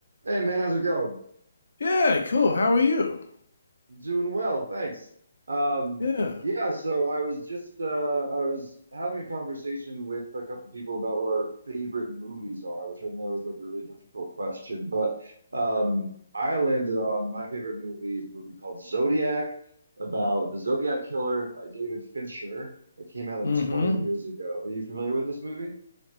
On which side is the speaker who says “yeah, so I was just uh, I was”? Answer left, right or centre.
Right